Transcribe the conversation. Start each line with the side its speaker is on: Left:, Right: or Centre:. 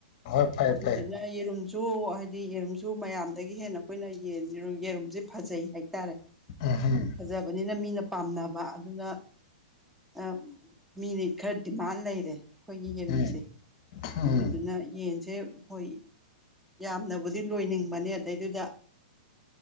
Left: ꯍꯣꯏ ꯐꯩ
Centre: ꯑꯗꯨꯗꯨꯅ
Left: ꯐꯩ
Centre: ꯌꯦꯔꯨꯝ ꯁꯨ ꯍꯥꯏꯗꯤ ꯌꯦꯔꯨꯝꯁꯨ ꯃꯌꯥꯝꯗꯒꯤ ꯍꯦꯟꯅ ꯑꯩꯈꯣꯏꯅ ꯌꯦꯟ <unintelligible> ꯌꯦꯔꯨꯝꯁꯦ ꯐꯖꯩ ꯍꯥꯏꯇꯥꯔꯦ
Left: <unintelligible>
Centre: ꯐꯖꯕꯅꯤꯅ ꯃꯤꯅ ꯄꯥꯝꯅꯕ ꯑꯗꯨꯅ ꯑꯞ ꯃꯤꯅ ꯈꯔ ꯗꯤꯃꯥꯟ ꯂꯩꯔꯦ ꯑꯩꯈꯣꯏꯒꯤ ꯌꯦꯔꯨꯝꯁꯦ
Left: ꯎꯝ ꯎꯝ
Centre: ꯑꯗꯨꯏꯗꯨꯅ ꯌꯦꯟꯁꯦ ꯍꯣꯏ ꯌꯥꯝꯅꯕꯨꯗꯤ ꯂꯣꯏꯅꯤꯡꯕꯅꯦ ꯑꯗꯩꯗꯨꯗ